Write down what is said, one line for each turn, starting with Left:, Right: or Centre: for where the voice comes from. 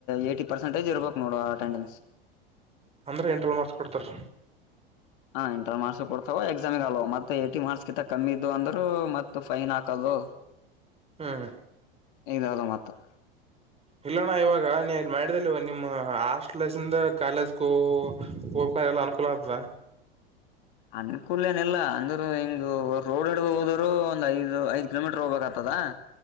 Left: ಏಟಿ ಪರ್ಸೆಂಟೇಜ್ ಇರ್ಬೇಕು ನೋಡ ಅಟೆಂಡೆನ್ಸ್
Right: ಅಂದ್ರರೆ ಎಂಟ್ರಲ್ಲಿ ಮಾತು ಕೊೊಡ್ತಾರೆ
Left: ಹಾ ಇಂಟರ್ ಮಾರ್ಕ್ಸ್ ಕೊಡ್ತವ ಎಕ್ಸಾಮಿ ಅಲ್ವ ಮತ್ತ ಏಟಿ ಮಾರ್ಕ್ಸ್ ಗಿಂತ ಕಮ್ಮಿ ಇದು ಅಂದ್ರ ಮತ್ತ ೈನ್ ಹಾಕ ಅದು
Right: ಹ್ಮ
Left: ಇದಾವದ ಮತ್ತ
Right: ಇಲ್ಲಣ್ಣ ಇವಾಗ ನೀ ಮಾಡಿದಲ್ವ ನಿಮ್ಮ ಹಾಸ್ಟ್ಲಸ್ಿಂದ ಕಾಲೇಜ್ಗೂ ಹೋಗ ನ ಎಲ್ಲ ಅನುಕೂಲ ಆದ
Left: ಅನುಕೂಲ್ನ ಇಿಲ್ಲ ಅಂದ್ರೂ ಹಿಂಗ ರೋಡ್ ಹಿಡ್ಗ ಹೋದರು ಒಂದ್ ಐದು ಐದು್ ಕಿಲೋಮೀಟರ್ ಹೋಗ್ಬೇಕಾಗತದ